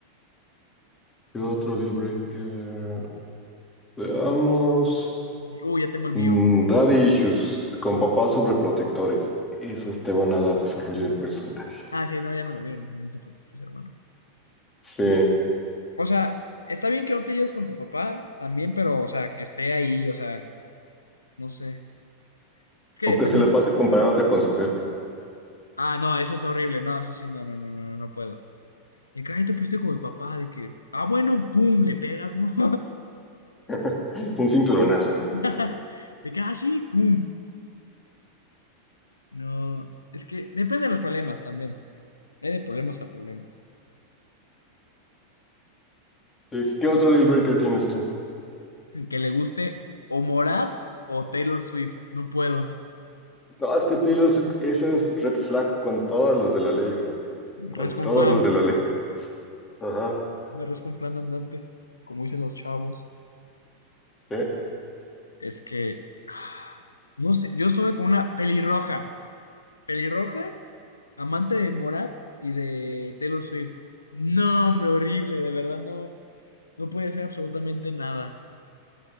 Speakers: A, on the left; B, on the left.
A: ¿Qué otro deal breaker? Veamos.
B: Uh, ya tengo el
A: Mm,
B: mío.
A: Daddy Issues, con papás sobreprotectores. Esos te van a dar desarrollo del personaje.
B: Ah, sí, no, ya me lo dio, no, no te preocupes, hermano.
A: Sí.
B: O sea, está bien que no te lleves con tu papá también, pero, o sea, que esté ahí, o sea, no sé. Es que
A: O
B: depende.
A: que se la pase comparándote con su jefe.
B: Ah, no, eso es horrible, no, eso sí, no, no, no, no, no no puedo. y cada gente pusiste como el papá, de que, ah, bueno, pum, le pegas, ¿no?
A: <laughs> Un cinturonazo, ¿no?
B: <laughs> De que, ah, sí, pum. No, es que depende de los problemas también. Hay de problemas a problemas.
A: Sí, ¿Qué otro deal breaker tienes tú?
B: Que le guste o Morat o Taylor Swift. No puedo.
A: No, es que Taylor Swift, esa es red flag con todas las de la ley, bro. Con
B: Res
A: todas
B: con flan.
A: las de la ley. Ajá.
B: Una res con flan andante. Como dicen los chavos.
A: Sí.
B: Es que, <sighs> ah, no sé, yo estuve con una pelirroja. Pelirroja, amante de Morat y de Taylor Swift. No, hombre, horrible, de verdad no. No podía hacer absolutamente nada.